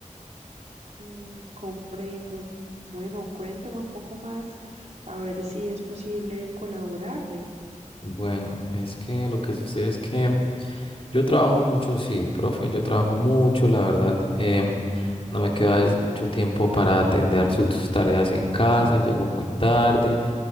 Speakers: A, on the right (about 60°); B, on the left (about 45°).
A: Mm, comprendo. Bueno, cuénteme un poco más a ver si es posible colaborarle.
B: Bueno, es que lo que sucede es que yo trabajo mucho, sí, profe, yo trabajo mucho, la verdad, em, no me queda es mucho tiempo para atender sus tareas en casa, llego muy tarde,